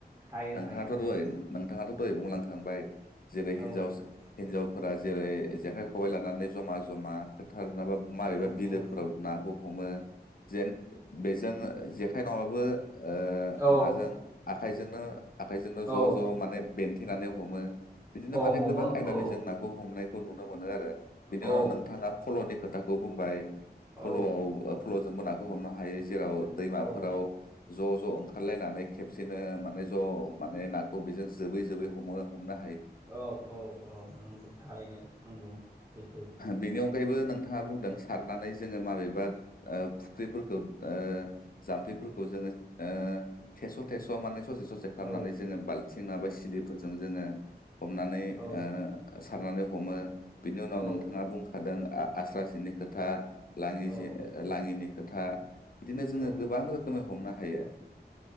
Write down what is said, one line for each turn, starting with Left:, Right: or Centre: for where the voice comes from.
Right: हायो
Left: नोंथाङाथ'
Right: हायो हायो
Left: द नोंथाङाथ' दहै बुंलांखांबाय जेरै
Right: औ
Left: हिनजाव हिनजाव, फोरा जेरै जेखाइ खबाइ लानानै जमा जमा <unintelligible> मारैबा
Right: औ
Left: बिलोफोराव
Right: औ
Left: नाखौ हमो जेन बेजों जेखाइ नङाबाबो ओ
Right: औ
Left: माजों आखाइजोंनो, आखाइजों
Right: औ
Left: ज' ज' माने बेन्थेनानै हमो बिदिनो
Right: औ
Left: माने
Right: हमो
Left: गोबां आयदानि
Right: औ
Left: जों नाखौ हमनाय, नुनो मोनो आरो बिनि
Right: औ
Left: उनाव नोंथाङा फल'नि खोथाखौ बुंबाय, फल'आव
Right: औ
Left: फल'जोंबो नाखौ हमनो हायो जेराव दैमाफोराव,
Right: औ
Left: ज' ज' ओंखारलायनानै खेबसेनो माने ज' माने नाखौ बेजों जोबै जोबै हमो हमना,
Right: औ औ औ नंगौ थारैनो नंगौ सैथो
Left: बिनि बो नोंथा बुंदों सनानै ज माबेबा फु ज फोरखौ जोंङो ओ थेस थेस ससे ससे खालामनानै
Right: औ
Left: जोङो बाल्थिं नाबा सिलिफोरजों जोङो हमनानै
Right: औ
Left: सारनानै हमो बिनि उनाव
Right: औ
Left: नोंथाङा बुंखादों आस्रा जिनि खोथा लाङि
Right: औ
Left: लाङिनि खोथा बिदिनो जोङो
Right: औ
Left: गोबां रोखोमै हमनो हायो